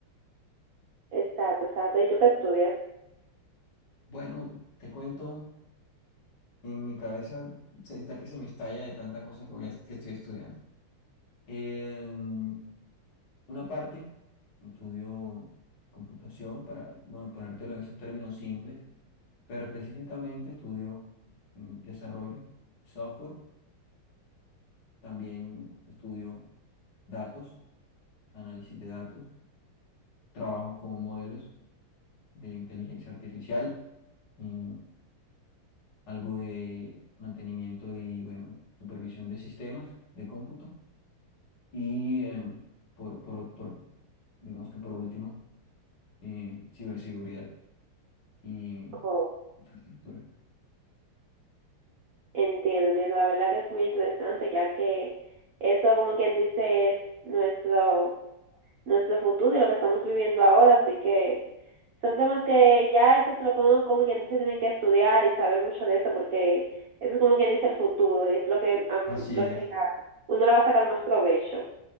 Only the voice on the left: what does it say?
Bueno, te cuento, en mi cabeza se- está que se me estalla de tanta cosa que voy a- que estoy estudiando. En una parte estudio computación para, bueno, ponértelo en esos términos simples, pero específicamente estudio mm, desarrollo, software, también estudio datos, análisis de datos trabajo con modelos de inteligencia artificial, y algo de mantenimiento y, bueno, supervisión de sistemas de cómputo. Y eh, por, por, por, digamos que por último, eh, ciberseguridad y
infraestructura.
Así
es.